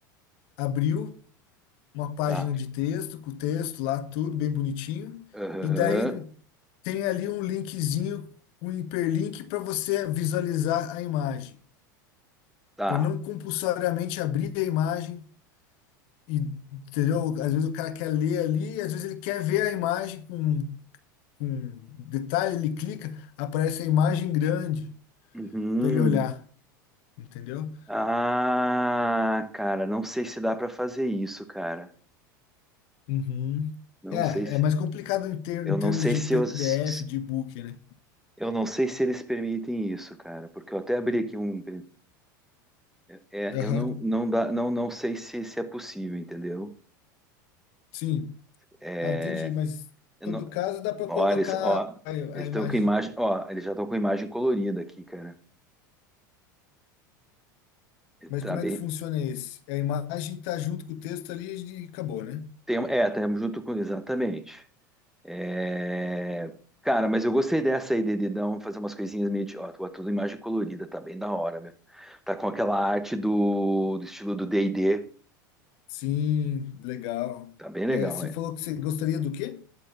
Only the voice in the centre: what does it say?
tá.
Aham,
tá.
Uhum.
Ah, cara, não sei se dá pra fazer isso, cara.
Não
sei se.
Eu
não
sei
se
eu, se-
eu não sei se eles permitem isso, cara, porque eu até abri aqui um. É,
eu não, não dá, não, não sei se, se é possível, entendeu?
É,
eu
não,
olha,
eles- ó,
eles
estão com imagem, ó, eles já estão com imagem colorida aqui, cara.
Tá
bem,
Tem, um, é, estamos junto com. Exatamente. É, cara, mas eu gostei dessa aí, Dedidão, fazer umas coisinhas meio de. Ó, tua- tudo imagem colorida, tá bem da hora, meu. Tá com aquela arte do, do estilo do D&D,
tá bem legal,
é.